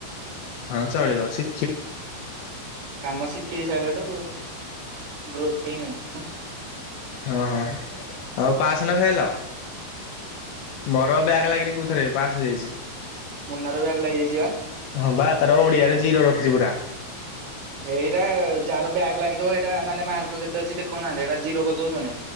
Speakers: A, on the left; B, on the right.
A: ହଁ ଚଳିବ ସି
B: କାମ ଶିଖି ସାଇଲା ଠୁ ଗ୍ରୋଥିଂ ଆ, ହୁଁ।
A: ହଁ, ହଁ ଆଉ ପାସ୍ ନ ଫେଲ୍।? ମୋର ବ୍ୟାକ୍ ଲାଗିନି କୋଉଥିରେ ପାସ୍ ହେଇଯାଇଛି।
B: ମୁନାର ବ୍ୟାକ୍ ଲାଗିଯାଇଚି ବା।
A: ହଁ ବା ତାର ଓଡ଼ିଆରେ ଜିରୋ ରଖିଚି ପୁରା।
B: ସେଇଟା ଯାହାର ବ୍ୟାକ୍ ଲାଗିଥିବ ହେଇଟା ମାନେ ମାର୍କ କେତେ ଅଛି ଦେଖଉନାହାନ୍ତି। ହେଟା ଜିରୋ କରି ଦଉଛନି।